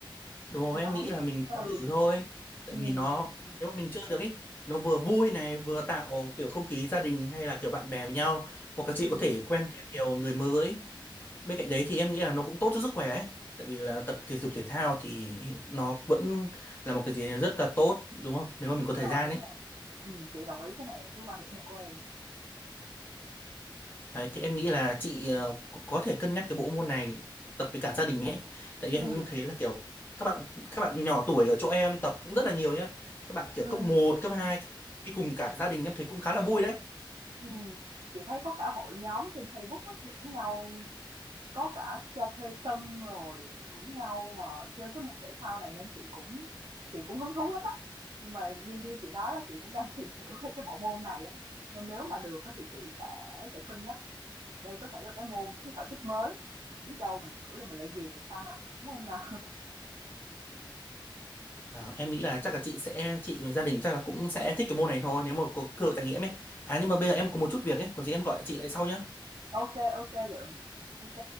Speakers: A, on the left; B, on the right.
A: đúng không
B: Đấy,
A: em nghĩ là mình
B: ừ,
A: cứ thử thôi tại
B: ừ,
A: vì nó
B: ừ
A: nếu mà mình chơi được ấy nó vừa vui này vừa tạo kiểu không khí gia đình hay là kiểu bạn bè với nhau hoặc các chị
B: ừm.
A: có thể quen thêm nhiều người mới bên cạnh đấy thì em nghĩ là nó cũng tốt cho sức khỏe ấy. tại vì là tập thể dục thể thao thì nó vẫn là một cái gì rất là tốt đúng không nếu mà mình
B: Đúng
A: có thời
B: rồi,
A: gian
B: đúng
A: ấy
B: rồi. Ừm, chị đồng ý cái này với quan điểm này của em.
A: đấy thì em nghĩ là chị ờ, có có thể cân nhắc cái bộ môn này tập với cả gia đình ấy tại vì em
B: Ừm,
A: thấy là kiểu các bạn các bạn nhỏ tuổi ở chỗ em tập cũng rất là nhiều nhá các bạn kiểu
B: ừm,
A: cấp một cấp 2 đi cùng cả gia đình em thấy cũng khá là vui đấy
B: ừm. Chị thấy có cả hội nhóm trên Facebook á, rủ nhau có cả cho thuê sân rồi rủ nhau mà chơi cái môn thể thao này nên chị cũng chị cũng hứng thú lắm đó. Nhưng mà như như chị nói là chị cũng đang <laughs> tìm hiểu về cái bộ môn này á, nên nếu mà được á thì chị sẽ sẽ cân nhắc đây có thể là cái môn cái sở thích mới. Biết đâu mình thử rồi mình lại ghiền thì sao nào, đúng không nào? <laughs>
A: Ờ, em nghĩ là chắc là chị sẽ chị và gia đình chắc là cũng sẽ thích cái môn này thôi nếu mà có cơ hội trải nghiệm ấy à nhưng mà bây giờ em có một chút việc ấy có gì em gọi lại chị lại sau nhá
B: Ok, ok Lượng. Ok.